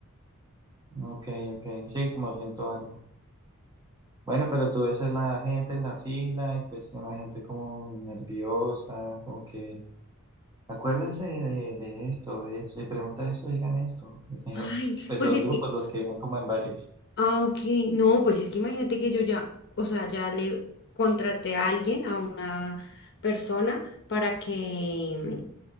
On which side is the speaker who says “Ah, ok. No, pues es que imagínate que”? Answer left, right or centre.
Left